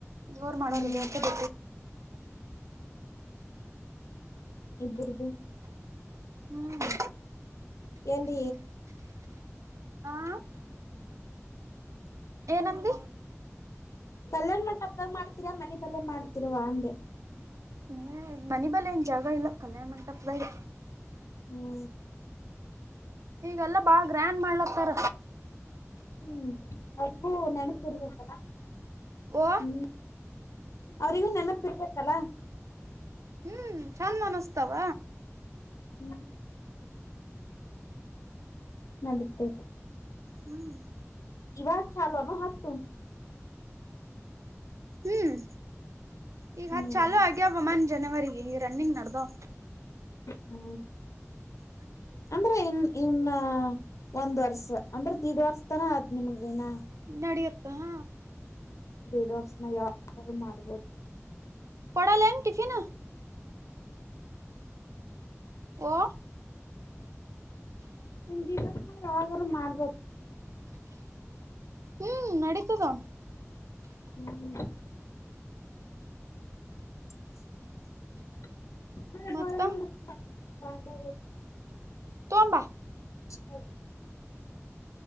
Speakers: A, on the right (about 75°); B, on the left (about 75°).
A: ಜೋರ್ ಮಾಡೋರ್ತ್ತೆ
B: ಹ್ಮ್
A: ಬ
B: ಇಬ್ಬ್ರದು
A: ಹ್ಮ್
B: ಎಂದ
A: ಹಾ ಏನಂದು
B: ಕಲ್ಲರ್ ಮಪ್ಪಾಗ ಮಾಡ್ತೀರಾ ಮನೆ ಬಲೆ ಮಾಡ್ತಿರುವ ಅಂದೆ
A: ಹ್ಮ್ ಮನಿ ಬಲ್ಲ ಏನ್ ಜಾಗ ಇಲ್ಲ ಕಲ್ಯಾಣ ಮಂಟಪದಲ್ಲ
B: ಹ್ಮ
A: ಈಗೆಲ್ಲಾ ಬಾ ಗ್ರ್ಯಾಂಡ್ ಮಾಡ್ಲಕ್ತಾರ
B: ಹ್ಮ್ ಅಬು ನೆನಪುಿರ್ಬೇಕಲ್ಲ
A: ಓ
B: ಹ್ಮ್ ಅವ್ರಿಗೂ ನೆನಪಿರ್ಬೇಕಲ್ಲ
A: ಹ್ಮ್ ಚಂದ್ ಅನಸ್ತಾವ
B: ಹ್ಮ ನಡತೈತೆ
A: ಹ್ಮ್
B: ಇವಾರ ಚಾಲನು ಹತ್ತುತ್ತುು
A: ಹ್ಮ್ ಈಗ
B: ಹ್ಮ್
A: ಹತ್ ಚಾಲೂ ಆಗ್ಯವ ಮನ್ ಜನವರಿ ಈ ರನ್ನಿಂಗ್ ನದಾ
B: ಹ್ಮ
A: ಹ
B: ಅಂದ್ರೆ ಇನ್ ಇನ್ ಒಂದ್ ವರ್ಷ ಅಂದ್ರೆ ದಿಡ್ ವರ್ಷ ತನ ಆದ ನಿಮಗೈನ
A: ನಡೆಯುತ್ತ ಹಾ
B: ದೇಡ್ ವರ್ಷನ ಯ ಮಾಡ್ಬೋದು
A: ಪಡ ಲೇಂಗ ಟಿಫಿನ ಓ
B: ನಿಮ ದಿವ ಯಾವಾಗಾದ್ರರು ಮಾಡ್ಬೋ
A: ಹ್ಮ್ ನಡತದಾ
B: ಹ್ಮ ಹ್ಮ <inaudible> ನ
A: ಮತ್ತ
B: ಒಳ ಮಾಡ ಬ
A: ತೊಂಬಾ
B: ಹ